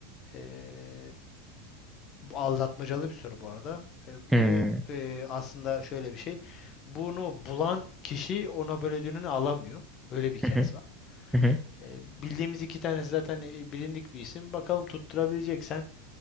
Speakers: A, on the left (about 40°); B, in the centre.
A: eee, bu aldatmacalı bir soru bu arada. Eee, bu
B: Hı hı.
A: eee, aslında şöyle bir şey. Bunu bulan kişi o Nobel ödülünü alamıyor. Öyle bir hikayesi
B: Hı hı.
A: var.
B: Hı hı.
A: Eee, bildiğimiz iki tanesi zaten eee, bilindik bir isim. Bakalım tutturabileceksen